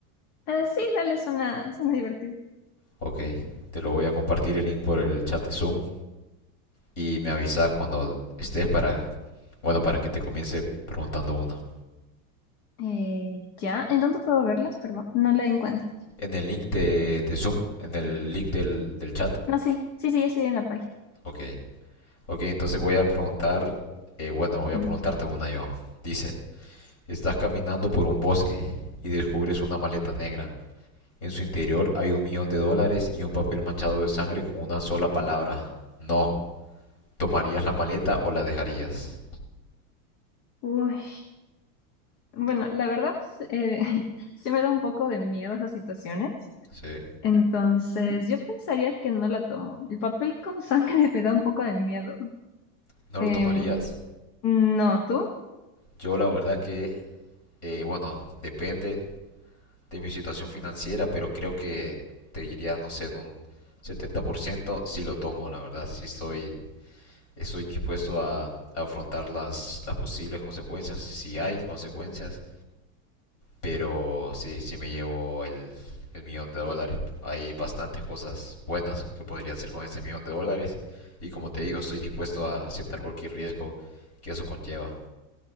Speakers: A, on the left; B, on the left.
A: Ah, sí, dale, suena, suena divertido.
B: Ok, te lo voy a compartir el link por el chat de Zoom. y me avisas cuando estés para, bueno, para que te comience preguntando uno.
A: Eh, ya, ¿en dónde puedo verlas? Perdón, no la encuentro.
B: En el link de, de Zoom, en el link del, del chat.
A: No, sí, sí, sí, ya estoy en la página.
B: Ok. Ok, entonces voy a preguntar, eh, bueno, voy a
A: Mm,
B: preguntarte una yo. Dice, estás caminando por un bosque y descubres una maleta negra. En su interior hay un millón de dólares y un papel manchado de sangre con una sola palabra. No. ¿Tomarías la maleta o la dejarías?
A: Uy, bueno, la verdad, sí, eh, <laughs> sí me da un poco de miedo esas situaciones.
B: Sí.
A: Entonces, yo pensaría que no la tomo. El papel con sangre <laughs> me da un poco de miedo.
B: No
A: Em,
B: lo tomarías.
A: no, ¿tú?
B: Yo la verdad que, eh, bueno, depende de mi situación financiera, pero creo que te diría, no sé, en un 70% si lo tomo, la verdad, si estoy, estoy dispuesto a, a afrontar las, las posibles consecuencias, si hay consecuencias, pero sí, sí me llevo el, el millón de dólares. Hay bastantes cosas buenas que podría hacer con ese millón de dólares y como te digo, estoy dispuesto a aceptar cualquier riesgo que eso conlleva.